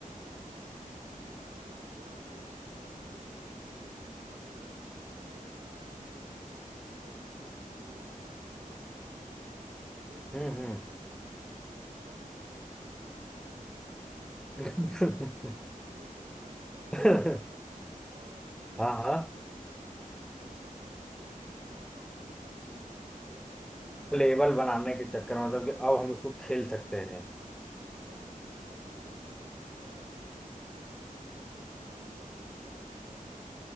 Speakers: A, on the right (about 40°); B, in the centre.
A: आदमी ने गेम डाउनलोड किया और ये फट से बीस मिनट में इंस्टॉल भी हो गए और मुझे याद है कि मैंने एक बार जब जी टी ए सिक्स यानी G T A five download किया था तो मुझे उसको
B: हम्म
A: एक्सट्रैक्ट करने में ही मतलब इंस्टॉल करने में ही छः सात घंटे लगते थे डाउनलोड करने
B: हम्म
A: में एक दिन लग एक दिन तो शायद डाउनलोड
B: <laughs>
A: करने में लगा था और फिर
B: हाँ
A: छः सात
B: हाँ
A: घंटे इंस्टॉल मतलब मैं क्या बताऊं मैं मुझे दो तीन दिन लगा था उसको मतलब पूरी तरीके से पूरे तरीके से वो करने
B: लेवल
A: में
B: बनाने
A: और तुम
B: के चक्कर में मतलब
A: और
B: कि अब हम उसको खेल सकते हैं
A: <laughs> और और मैं सही बताऊं तो उसमें क्या खतरनाक इन- आ, हुआ क्या था कि आ,